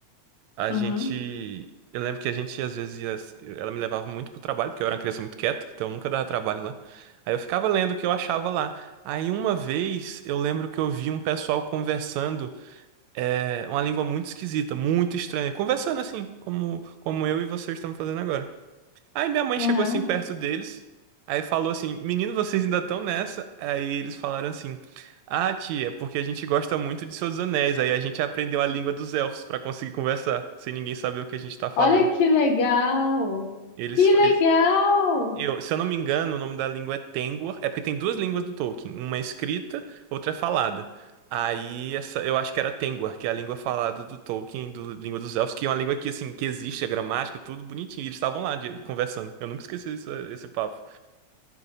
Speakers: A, on the right (about 80°); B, on the left (about 70°).
A: A
B: Uhum,
A: gente. Eu lembro que a gente às vezes ia. Ela me levava muito pro trabalho, porque eu era uma criança muito quieta, então nunca dava trabalho lá. Aí eu ficava lendo o que eu achava lá. Aí uma vez eu lembro que eu vi um pessoal conversando é, uma língua muito esquisita, muito estranha. Conversando assim, como, como eu e vocês estamos fazendo agora. Aí minha mãe
B: uhum.
A: chegou assim perto deles, aí falou assim: Menino, vocês ainda estão nessa? Aí eles falaram assim: Ah, tia, porque a gente gosta muito de Seus Anéis. Aí a gente aprendeu a língua dos elfos pra conseguir conversar, sem ninguém saber o que a gente tá falando.
B: Olha que legal!
A: Eles,
B: Que
A: fa-
B: legal!
A: eles- eu, se eu não me engano, o nome da língua é Tengwar. É porque tem duas línguas do Tolkien: uma é escrita, outra é falada. Aí essa, eu acho que era Tengwar, que é a língua falada do Tolkien, do língua dos elfos, que é uma língua que assim que existe a gramática, tudo bonitinho. E eles estavam lá de- conversando. Eu nunca esqueci isso- esse papo.